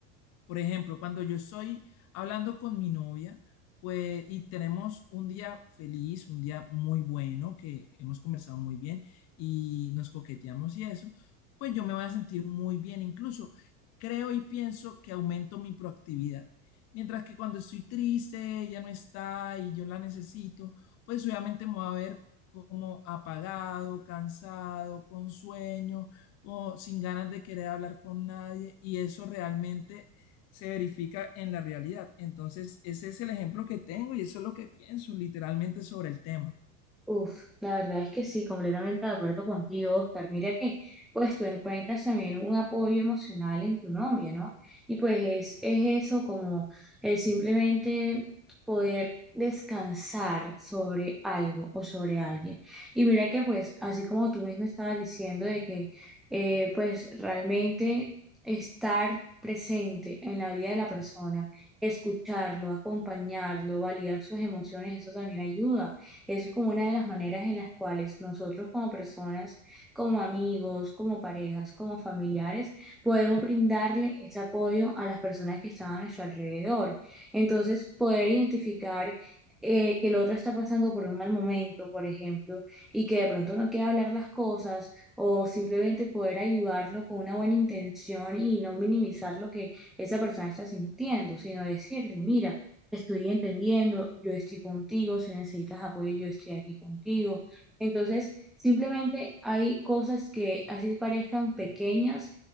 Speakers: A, on the left (about 40°); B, in the centre.
A: Por ejemplo, cuando yo estoy hablando con mi novia, pues, y tenemos un día feliz, un día muy bueno, que hemos conversado muy bien y nos coqueteamos y eso, pues yo me voy a sentir muy bien. Incluso creo y pienso que aumento mi proactividad. Mientras que cuando estoy triste, ella no está y yo la necesito, pues obviamente me voy a ver como apagado, cansado, con sueño, o sin ganas de querer hablar con nadie y eso realmente se verifica en la realidad. Entonces, ese es el ejemplo que tengo y eso es lo que pienso literalmente sobre el tema.
B: Uf, la verdad es que sí, completamente de acuerdo contigo, Oscar. Mira que, pues tú encuentras también un apoyo emocional en tu novia, ¿no? Y pues es, es eso como el simplemente poder descansar sobre algo o sobre alguien. Y mira que, pues, así como tú mismo estabas diciendo de que, eh, pues, realmente estar presente en la vida de la persona, escucharlo, acompañarlo, validar sus emociones, eso también ayuda eso es como una de las maneras en las cuales nosotros como personas, como amigos, como parejas, como familiares, podemos brindarle ese apoyo a las personas que están a nuestro alrededor. Entonces, poder identificar eh, que el otro está pasando por un mal momento, por ejemplo, y que de pronto no quiere hablar las cosas, o simplemente poder ayudarlo con una buena intención y no minimizar lo que esa persona está sintiendo, sino decirle, mira, estoy entendiendo, yo estoy contigo, si necesitas apoyo, yo estoy aquí contigo. Entonces, simplemente hay cosas que así parezcan pequeñas,